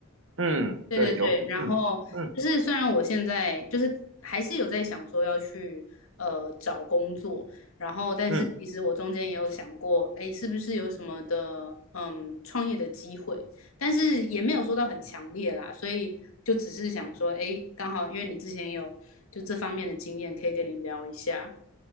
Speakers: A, on the right; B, on the left.
A: 嗯，
B: 对对对，
A: 对，有，
B: 然后就是虽然我现在就是还是有在想说要去呃找工作，
A: 嗯嗯
B: 然后但是其实我中间也有想过，
A: 嗯，
B: 哎，是不是有什么的嗯创业的机会，但是也没有说到很强烈啦，所以就只是想说，哎，刚好因为你之前有就这方面的经验，可以跟你聊一下。